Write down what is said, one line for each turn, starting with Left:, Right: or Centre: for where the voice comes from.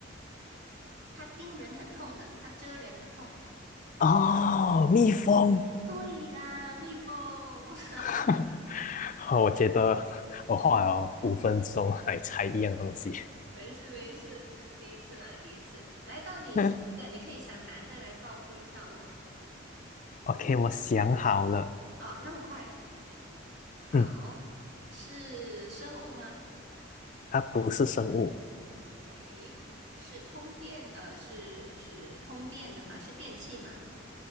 Right: 它叮人很痛的，它蛰人很痛。
Left: 哦，蜜蜂。
Right: 对啦，蜜蜂。<laughs>
Left: <laughs> 好我觉得我花了五分钟来猜一样东西。
Right: 没事没事，第一次嘛，第一次。来到你想一个，
Left: <laughs>
Right: 你可以想男的来报复一下我
Left: OK，我想好了，
Right: 啊，那么快？好，
Left: 嗯，
Right: 是生物吗？
Left: 它不是生物，
Right: 诶，是通电，呃，是是通电的吗？是电器吗？